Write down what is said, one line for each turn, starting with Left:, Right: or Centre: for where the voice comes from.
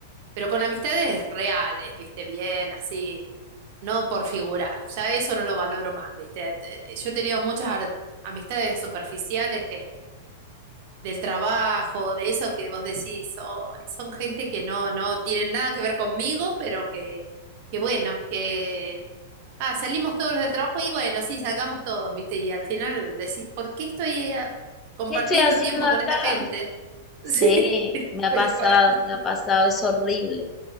Right: pero con amistades reales, ¿viste? Bien, así, no por figurar, ya eso no lo valoro más, ¿viste? Te- Yo he tenido muchas ar- amistades superficiales que del trabajo, de eso que vos decís, "Oh, son gente que no, no tienen nada que ver conmigo, pero que, que bueno, que ah, salimos todos los del trabajo y bueno, sí, salgamos todos, ¿viste? Y al final decís, ¿por qué estoy eh, compartiendo
Left: ¿Qué estoy haciendo
Right: tiempo
Left: acá?
Right: con esta gente? <laughs>
Left: Sí,
Right: Sí,
Left: me ha
Right: tal
Left: pasado,
Right: cual.
Left: me ha pasado, es horrible,